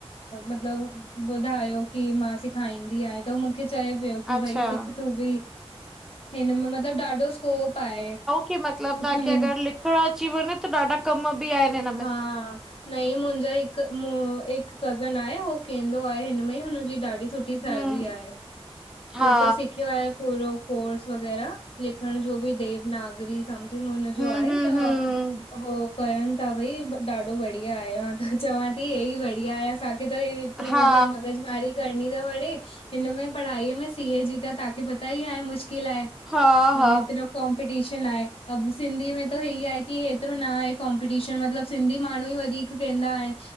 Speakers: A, on the left; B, in the centre.
A: मतलब ॿुधायो की मां सिखारींदीयां त मूंख। चए पियो की
B: अच्छा
A: भई सिख तूं बि हिन में मतलब ॾाढो स्कोप आहे।
B: कि मतलब
A: हम्म
B: तांखे अगर लिखण अची वञे त ॾाढा कम बि आहिन।
A: हा। न इ मुंजो हिक एक कज़न आहे हो हू केंदो आहे हिन में हुनजी ॾाढी सुठ। सुठी सैलरी
B: हम
A: आहे
B: हा
A: हू त सिखियो आहे पूरो। कोर्स वग़ैरह लिखण जो बि देवनागरी समथिंग हुनजो
B: हम
A: आहे
B: हम
A: त।
B: हम
A: हो पयण। त भई ॾाढो बढ़िया आयो आ त चवां थी हे ई बढ़िया आहे असांखे त। एतरी
B: हा
A: मतलब मग़ज़ मारी। करणी त पड़े हिन में पढ़ाईअ में सीए जी त तांखे पता ई आहे मुश्किल आहे।
B: हा
A: ह,
B: हा
A: हेतरो कॉम्पिटीशन आहे, अब सिंधी में त ही आहे की हेतरो न आहे कम। ट्यूशन मतलब, सिंधी माण्हू ही वधीक केंदा आहिन,